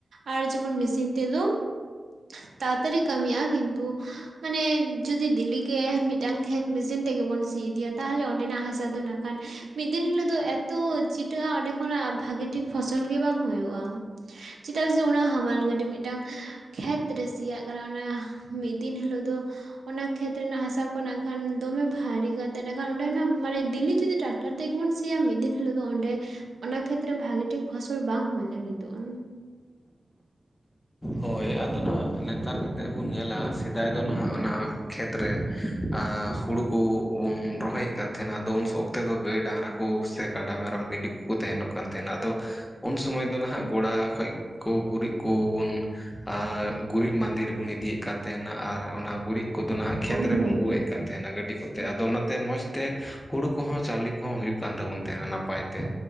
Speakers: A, on the right; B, on the left.
A: ᱟᱨ ᱡᱮᱢᱚᱱ ᱢᱮᱥᱤᱱ ᱛᱟᱲᱟ ᱛᱟᱲᱤ ᱠᱟᱹᱢᱤᱜ-ᱟ ᱠᱤᱱᱛᱩ? ᱢᱟᱱᱮ ᱡᱩᱚᱫᱤ ᱫᱤᱞᱤᱜᱮ ᱢᱤᱫᱴᱟᱝ ᱠᱷᱮᱛ ᱢᱮᱥᱤᱱ ᱛᱮᱜᱮᱵᱚᱱ ᱥᱤ ᱤᱫᱤᱭᱟ ᱛᱟᱦᱞᱮ ᱚᱸᱰᱮᱱᱟᱜ ᱦᱟᱥᱟ ᱫᱚ ᱱᱟᱜ ᱠᱷᱟᱱ ᱢᱤᱫ ᱫᱤᱱ ᱦᱤᱞᱳᱜ ᱫᱚ ᱮᱛᱚ ᱪᱷᱤᱴᱟᱹᱜᱼᱟ ᱚᱸᱰᱮ ᱠᱷᱚᱱᱟᱜ ᱵᱷᱟᱹᱜᱤ ᱴᱷᱤᱠ ᱯᱷᱚᱥᱚᱞ ᱜᱮ ᱵᱟᱝ ᱦᱩᱭᱩᱜᱼᱟ ᱪᱮᱫᱟᱜ ᱥᱮ ᱚᱱᱟ ᱦᱟᱢᱟᱞ ᱜᱟᱹᱰᱤ ᱢᱤᱫ ᱴᱟᱝ ᱠᱷᱮᱛ ᱨᱮ ᱥᱤᱭᱟᱜ ᱠᱟᱱᱟ ᱚᱱᱟ ᱢᱤᱫ ᱫᱤᱱ ᱦᱤᱞᱳᱜ ᱫᱚ ᱚᱱᱟ ᱠᱷᱮᱛ ᱨᱮᱱᱟᱜ ᱦᱟᱥᱟ ᱠᱚ ᱱᱟᱜ ᱠᱷᱟᱱ ᱫᱚᱢᱮ ᱵᱷᱟᱨᱤ ᱠᱟᱛᱮ ᱱᱟᱜ ᱠᱷᱟᱱ ᱚᱸᱰᱮᱱᱟᱜ ᱢᱟᱱᱮ ᱫᱤᱞᱤ ᱡᱩᱫᱤ ᱴᱟᱠ ᱴᱟᱨ ᱛᱮᱜᱮᱵᱚᱱ ᱥᱤᱭᱟ ᱢᱤᱫ ᱫᱤᱱ ᱦᱤᱞᱳ ᱫᱚ ᱚᱸᱰᱮ ᱚᱱᱟ ᱠᱷᱮᱛᱨᱮ ᱵᱷᱟᱜᱮ ᱴᱷᱤᱠ ᱯᱷᱚᱥᱚᱞ ᱵᱟᱝ ᱦᱩᱭ ᱞᱟᱹᱜᱤᱫᱚᱜᱼᱟ᱾
B: ᱦᱳᱭ ᱟᱫᱚ ᱱᱟᱦᱟᱜ ᱱᱮᱛᱟᱨ ᱠᱟᱛᱮᱫ ᱵᱚᱱ ᱧᱮᱞᱟ ᱥᱮᱫᱟᱭ ᱫᱚ ᱱᱟᱦᱟᱜ ᱚᱱᱟ ᱠᱷᱮᱛᱨᱮ ᱮᱸ ᱦᱩᱲᱩ ᱠᱚ ᱵᱚᱱ ᱨᱚᱦᱚᱭᱮᱫ ᱠᱟᱱ ᱛᱟᱦᱮᱱᱟ ᱟᱫᱚ ᱩᱱ ᱚᱠᱛᱮ ᱫᱚ ᱜᱟᱹᱭ ᱰᱟᱝᱨᱟ ᱠᱚ ᱥᱮ ᱠᱟᱰᱟ, ᱢᱮᱨᱚᱢ, ᱵᱷᱤᱰᱤ ᱠᱚᱠᱚ ᱛᱟᱦᱮᱱᱚᱜ ᱠᱟᱱ ᱛᱟᱦᱮᱱᱟ ᱟᱫᱚ ᱩᱱ ᱥᱚᱢᱚᱭ ᱫᱚ ᱱᱟᱦᱟᱸᱜ ᱜᱚᱲᱟ ᱠᱷᱚᱡ ᱠᱚ ᱜᱩᱨᱤᱡ ᱠᱚᱵᱚᱱ ᱟ ᱜᱩᱨᱤᱡ ᱢᱟᱸᱫᱮ ᱨᱮᱵᱚᱱ ᱤᱫᱤᱭᱮᱫ ᱠᱟᱱ ᱛᱟᱦᱮᱱᱟ ᱟᱨ ᱚᱱᱟ ᱜᱩᱨᱤᱡ ᱠᱚᱫᱚ ᱱᱟᱦᱟᱜ ᱠᱷᱮᱛ
A: ᱦᱳᱭ
B: ᱨᱮᱵᱚᱱ
A: ᱦᱳᱭ
B: ᱩᱵ ᱮᱫ ᱠᱟᱱ ᱛᱟᱦᱮᱱᱟ ᱜᱟᱹᱰᱤ ᱠᱚ ᱛᱮ ᱟᱫᱚ ᱚᱱᱟᱛᱮ ᱢᱚᱸᱡᱽ ᱛᱮ ᱦᱩᱲᱩ ᱠᱚᱦᱚᱸ ᱪᱟᱣᱞᱮ ᱠᱚᱦᱚᱸ ᱦᱩᱭᱩᱜ ᱠᱟᱱ ᱛᱟᱵᱚᱱ ᱛᱟᱦᱮᱸᱱᱟ ᱱᱟᱯᱟᱭ ᱛᱮ᱾